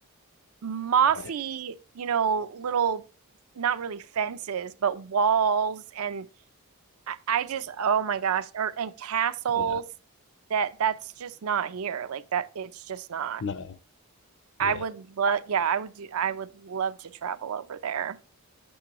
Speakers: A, on the right; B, on the left.
A: mossy,
B: right
A: you know, little not really fences, but walls and I, I just, oh my gosh, or and castles
B: yeah
A: that that's just not here. Like that, it's just not.
B: no yeah
A: I would love, yeah, I would do, I would love to travel over there.